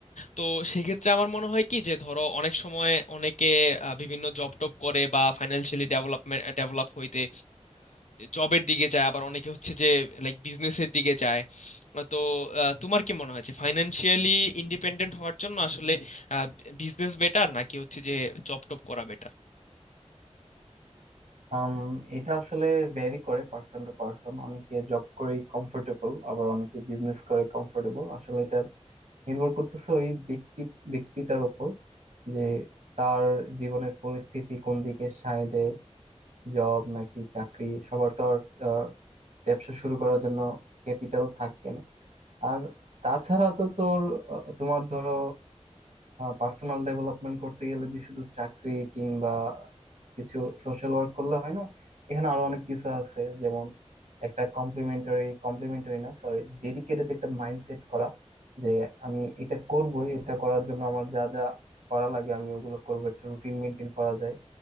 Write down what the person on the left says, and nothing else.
তো সেক্ষেত্রে আমার মনে হয় কি যে ধরো অনেক সময় অনেকে আহ, বিভিন্ন জব টপ করে বা ফাইন্যান্সিয়ালি ডেভেলপমেন্ট ডেভেলপ হইতে জবের দিকে যায় আবার অনেকে হচ্ছে যে লাইক বিজনেসের দিকে যায় তো আহ, তোমার কি মনে হয় যে ফাইন্যান্সিয়ালি ইন্ডিপেন্ডেন্ট হওয়ার জন্য আসলে বিজনেস বেটার নাকি হচ্ছে যে জব টপ করা বেটার